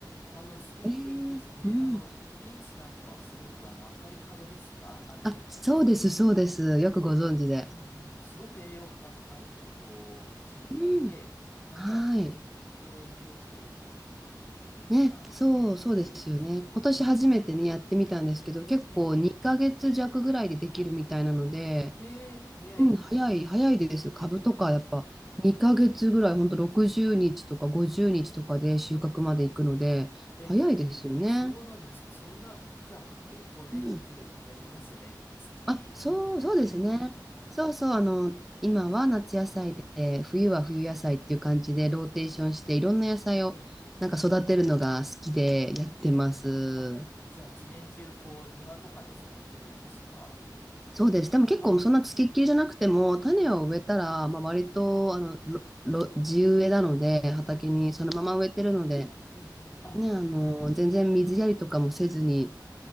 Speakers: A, on the left; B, in the centre.
A: あの、すごくいいですね。
B: ええ、うん。
A: あの、ビーツなんかはすごく、あの、赤い株ですかあれ、
B: あ、そうです、
A: ね、
B: そうです。よくご存知で。
A: すごく、うんうん、すごく栄養価が高いってことを聞いていて、
B: うん。
A: なんか、
B: はい。
A: うんうん、抗炎症作用があるとか、なんかいろんな、
B: ね、そう、
A: ええ、
B: そうですよね。
A: すごくいいんですよね。
B: 今年初めてね、やってみたんですけど、結構2ヶ月弱ぐらいでできるみたいなので、
A: ええ、ええ、早い。
B: うん、早い、早いですよ。株とか、
A: ええ、
B: やっぱ2ヶ月ぐらい、
A: うんうん
B: ほんと60日とか50日とかで収穫まで行くので、
A: ええ、
B: 早いですよね。
A: そうなんですか。そんな、じゃあ結構年中食べれますね。
B: うん。
A: 土に植えて。
B: あ、そう、そうですね。
A: うんうん
B: そうそう、あの、今は夏野菜で、冬は冬野菜っていう感じでローテーションして、いろんな野菜をなんか育てるのが好きでやってます。
A: ええ、ええ、ええあ、じゃあ一年中こう庭とかでされてるんですか
B: そうです。でも結構そんなつきっきりじゃなくても、
A: あ、
B: 種を植えたら、
A: うんうん、
B: まあ、割とあのろろ地植えなので、畑にそのまま植えてるので、
A: うんうん。うん、うん。あ、
B: ね、あの、
A: うん
B: 全然水やりとかもせずに、